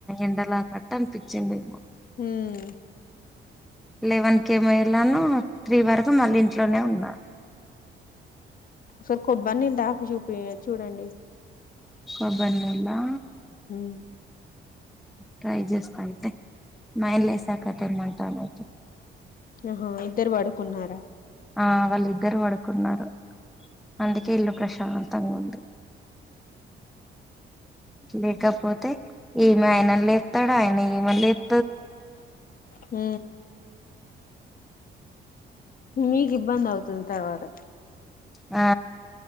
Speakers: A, in the centre; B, on the left (about 45°).
A: ఎండలాగా అనిపించింది.
B: ఉమ్
A: లెవెన్ కేె మో వెళ్ళాను. త్రీ వరకు మళ్ళీ ఇంట్లోనే ఉన్న.
B: ఒకసారి కొబ్బరి నీళ్లు తాగిపి. చూడండి.
A: కొబ్బరినీళ్ళ.
B: ఉం
A: ట్రై చేస్తా అంతే మా ఆయన లేసాకా తెమ్మంటాను
B: ఆహా ఇద్దరు పడుకున్నారా.
A: ఆ వాళ్ళు ఇద్దరు పడుకున్నారు అందుకే ఇల్లు ప్రశాంతంగా ఉంది. లేకపోతే ఏమి ఆయన లేపుతాడు ఆయన ఏమ లేతా
B: మ్ మీకు ఇబ్బంది అవుతుంది తర్వాత
A: ఆ